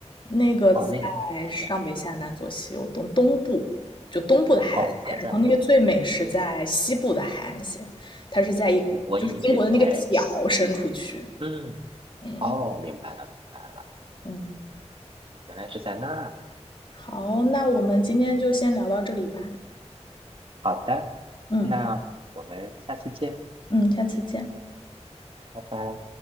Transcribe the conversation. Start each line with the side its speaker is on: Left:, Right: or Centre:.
Left: 那个在
Right: 哦，那个是白亚
Left: 上北下南左西右东东部，就东部的海岸线。
Right: 哦，还在东
Left: 然后那个最美是在西部的海岸线，
Right: 部
Left: 它是在一就是英国的那个角伸出去。
Right: 我我以为在西。嗯，
Left: 嗯
Right: 哦，明白了明白了，
Left: 嗯，
Right: 原来是在那。
Left: 好，那我们今天就先聊到这里吧。
Right: 好的，
Left: 嗯
Right: 那我们下次见，
Left: 嗯，下次见。
Right: 拜拜。